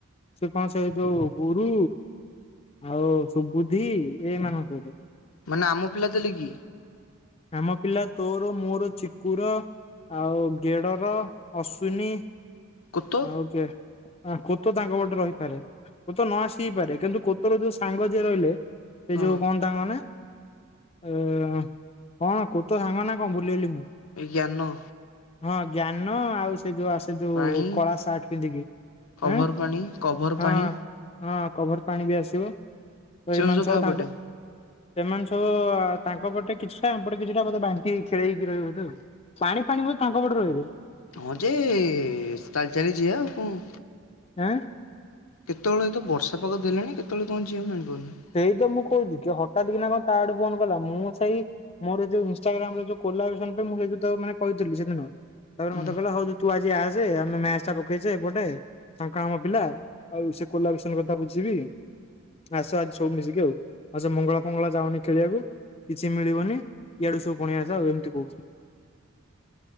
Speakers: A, on the left; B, on the left.
A: ସେ କଣ ସେ ଯୋଉ ଗୁରୁ ଆଉ ସୁବୁଦ୍ଧି ଏମାନଙ୍କ ସହିତ।
B: ମାନେ ଆମ ପିଲା ଥିଲେ କି?
A: ଆମ ପିଲା ତୋର ମୋର ଚିକୁର। ଆଉ ଗେଡର, ଅଶ୍ଵିନୀ
B: କୋତ
A: ଆଉ କିଏ? କୋତ ତାଙ୍କ ପଟେ ରହିପାରେ କୋତ ନ ଆସିବି ପାରେ କିନ୍ତୁ କୋତର ଯୋଉ ସାଙ୍ଗ ଯିଏ ରହିଲେ ସେ
B: ହଁ
A: ଯୋଉ କଣ ତାଙ୍କ ନା? ଅ କଣ କୋତ ସାଙ୍ଗ ନା କଣ? ଭୁଲିଗଲି ମୁଁ।
B: ଜ୍ଞାନ।
A: ହଁ ଜ୍ଞାନ ଆଉ ସେ ଯୋଉ ଆସ ସେ ଯୋଉ
B: ପାଣି
A: କଳା ସାର୍ଟ ପିନ୍ଧିକି।
B: କଭର
A: ହଁ।
B: ପାଣି କଭର ପାଣି
A: ହଁ କଭର ପାଣି ବି ଆସିବ। ତ
B: କେଉଁଝର
A: ଏମାନେ ସବୁ
B: କାହା ପଟେ?
A: ତାଙ୍କ ସେମାନେ ସବୁ ତାଙ୍କ ପଟେ କିଛି ହେ ଆମପଟେ କିଛିଟା ବୋଧେ ବାଣ୍ଟିହେଇକି ଖେଳେଇକି ରହିବେ ବୋଧେ। ଆଉ ପାଣି ଫାଣି ବୋଧେ ତାଙ୍କ ପଟେ ରହିବେ?
B: ହଁ ଯେ ଚାଲି ଚାଲିଯିବା ଆଉ କଣ।
A: ହାଁ।
B: କେତେବେଳେ ତ ବର୍ଷା ପାଗ ଦେଲାଣି କେତେବେଳେ କଣ ଯିବା ମୁଁ ଜାଣିପାରୁନି?
A: ସେଇ ତ ମୁଁ କହୁଛି କି ହଠାତ୍ କିନା କଣ ତା ଆଡ଼ୁ ଫୋନ କଲା। ମୁଁ ସେଇ ମୋର ଯଉ ଇନଷ୍ଟାଗ୍ରାମରେ ଯୋଉ କୋଲାବ୍ରେସନ ମୁଁ ସେଇ ଯଉ ତାକୁ ମାନେ କହିଥିଲି ସେଦିନ। ତାପରେ
B: ହୁଁ
A: ମତେ କହିଲା ହଉ ଯେ ତୁ ଆଜି ଆସେ ଆମେ ମ୍ୟାଚ୍ ଟା ପକେଇଛେ ଏପଟେ ତାଙ୍କ ଆମ ପିଲା ଆଉ ସେ କୋଲାବ୍ରେସନ କଥା ବୁଝିବି ଆସ ଆଜି ସବୁ ମିଶିକି ଆଉ। ଆଉ ସେ ମଙ୍ଗଳା ଫଙ୍ଗଳା ଯାଉନି ଖେଳିବାକୁ। କିଛି ମିଳିବନି। ଇଆଡୁ ସବୁ ବଣିଆ ଆସ, ଆଉ ଏମିତି କହୁ